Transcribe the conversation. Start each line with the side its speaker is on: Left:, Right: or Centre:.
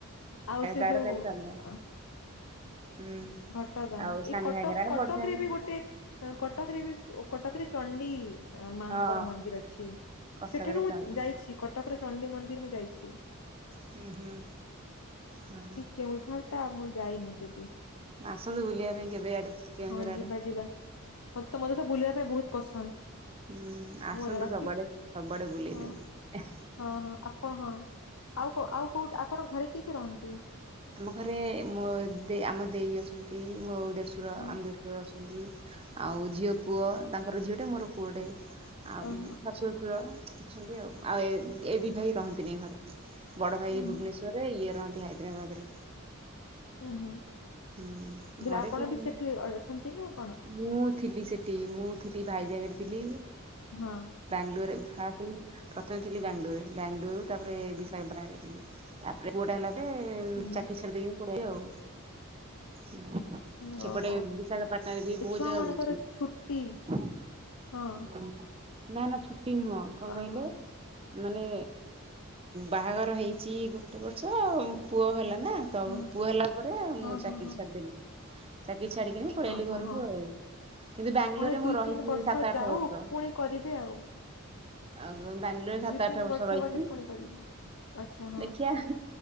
Left: ଆଉ ସେଇ
Right: ତାର
Left: ଯୋଉ
Right: ତାରିଣୀ ତମ ଗାଁ
Left: ହଁ।
Right: ହୁଁ।
Left: ଘଟଗାଁ
Right: ଆଉ ସାନ
Left: ଏ କଟକ
Right: ଘାଗରା
Left: କଟକରେ
Right: ବଡ ଘାଗରା
Left: ବି ଗୋ ସେ ଅ କଟକରେ ବି ସ୍ ଓ କଟକରେ ଚଣ୍ଡି। ଆଁ ମାଆଙ୍କର
Right: ହଁ
Left: ମନ୍ଦିର ଅଛି
Right: କଟକରେ
Left: ସେଠିକୁ ମୁଁ
Right: ଚଣ୍ଡୀ
Left: ଯାଇଛି କଟକର ଚଣ୍ଡୀ ମନ୍ଦିର ମୁଁ ଯାଇଛି।
Right: ହୁଁ ହୁଁ ହଁ।
Left: କେଉଁଝରଟା ମୁଁ ଯାଇନି କେବେ।
Right: ଆସନ୍ତୁ ବୁଲିଆ ପାଇଁ। କେବେ ଆଡେ କେଉଁଝର
Left: ହଁ
Right: ଆଡେ
Left: ଯିବା ଯିବା ମତେ ତ ମତେ ତ ବୁଲିବା ପାଇଁ ବୋହୁତ ପସନ୍ଦ।
Right: ହୁଁ ଆସନ୍ତୁ
Left: ମୋର ବାକି
Right: ସବୁଆଡେ ସବୁଆଡେ ବୁଲେଇ
Left: ହଁ
Right: ଦେମି ଏ।
Left: ହଁ ହଁ ଆପ ହଁ ଆଉ କୋ ଆଉ କୋଉଟା ଆପଣଙ୍କ ଘରେ କିଏ କିଏ ରହନ୍ତି?
Right: ଆମ ଘରେ ମୋ ଦେ ଆମ ଦେଇ ଅଛନ୍ତି ମୋ ଦେଡଶୁର
Left: ହଁ
Right: ଆମ ଦେ ଡଶୁର ଅଛନ୍ତି ଆଉ ଝିଅ ପୁଅ ତାଙ୍କର ଝିଅଟେ ମୋର ପୁଅଟେ ଆଉ
Left: ଓହୋ
Right: ଉମ୍ ଶାଶୁ ଶସୁ ର ଅଛନ୍ତି ଆଉ ଆଉ ଏ ଏ ଦିଇ ଭାଇ ରହନ୍ତି ନେଇ ଘରେ ବଡ଼ ଭାଇ
Left: ହୁଁ ହୁଁ
Right: ଭୁବନେଶ୍ୱ ରରେ ଇଏ ରହନ୍ତି ହାଇଦ୍ରାବାଦରେ।
Left: ହୁଁ ହୁଁ।
Right: ହୁଁ
Left: ବୋଇଲେ
Right: ଘରେ
Left: ଆପଣ
Right: କେହି
Left: ବି ସେଠି ଅଛନ୍ତି ନା କଣ?
Right: ମୁଁ ଥିଲି ସେଠି ମୁଁ ଥିଲି ଭାଇଜାଗରେ ଥିଲି
Left: ହଁ।
Right: ବାଙ୍ଗାଲୋରରେ ଫାଷ୍ଟ ମୁଁ ପ୍ରଥମେ ଥିଲି ବାଙ୍ଗଲୋରରେ ବାଙ୍ଗାଲୋରରୁ ତାପରେ ବିଶାଖାପାଟଣା ଯାଇଥିଲି। ତାପରେ ପୁଅଟା ହେଲା ପରେ ଉଁ
Left: ହୁଁ
Right: ଚାକିରି ଛାଡି ଦେଇକି ମୁଁ ପଳିଆଇଲି ଆଉ। ଉଁ
Left: ହୁଁ
Right: ସେପଟେ
Left: ଓହୋ
Right: ବିଶାଖାପାଟଣାରେ ବି
Left: ଏ
Right: ବୋହୁତ
Left: ଛୁଆ
Right: ଜାଗା
Left: ମାନଙ୍କର
Right: ବୁଲଚି।
Left: ଛୁଟି ହଁ
Right: ହୁଁ ନା ନା ଛୁଟି ନୁହଁ କଣ
Left: ଓହୋ
Right: କହିଲେ? ମାନେ ବାହାଘର ହେଇଚି ଗୋଟେ ବର୍ଷ ପୁଅ ହେଲା ନା ତ
Left: ହଁ
Right: ପୁଅ ହେଲା ପରେ ମୁଁ
Left: ହଁ
Right: ଚାକିରି
Left: ହଁ ହଁ
Right: ଛାଡ଼ିଦେଲି ଚାକିରି ଛାଡ଼ିକିନା ପଳେଆଇଲି
Left: ଓହୋ
Right: ଘରକୁ
Left: ହଁ
Right: ଆଉ। କିନ୍ତୁ ବାଙ୍ଗାଲୋରରେ
Left: ହଁ ଏ ଦୁଇ
Right: ମୁଁ ରହିଚି
Left: ତିନି ବର୍ଷ
Right: ସାତ ଆଠ
Left: ଯାଉ
Right: ବର୍ଷ।
Left: ପୁଣି କରିବେ ଆଉ
Right: ଆଉ ବାଙ୍ଗାଲୋରରେ ସାତ
Left: ଦୁଇ ତିନି
Right: ଆଠ ବର୍ଷ ରହିଚି।
Left: ଗଲେ ପୁଣି କରିବେ ଆଚ୍ଛା ହଁ
Right: ଦେଖିଆ